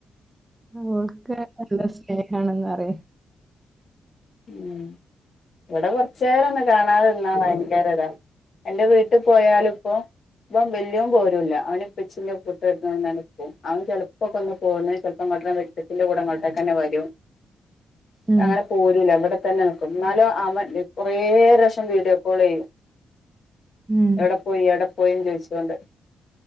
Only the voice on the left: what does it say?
ഉം. ഇവിടെ കൊറച്ച് നേരം ഒന്നു കാണാതിരുന്നാള് ഭയങ്കരൊതാ. എന്റെ വീട്ടിൽ പോയാലും ഇപ്പോ. ഇപ്പം വല്യാൻ പോരൂല്ല. അവനപ്പച്ചിന്റെ കൂട്ട് ഇങ്ങനെ നിക്കും. അവൻ ചിലപ്പോക്കൊന്ന് പോന്ന് ചെലപ്പോ ഇങ്ങേട്ടന്നെ ച്ചിന്റെ കൂടെ ഇങ്ങോട്ടേക്കന്നെ വരും.
അങ്ങനെ പോ രൂല്ല. ഇവിടെത്തന്നെ നിക്കും. എന്നാലും അവൻ കെറെ പ്രാവശ്യം വീഡിയോ കോൾ ചെയ്യും.
എവിടെ പോയി, എവിടെ പോയി ചോയിച്ചോണ്ട്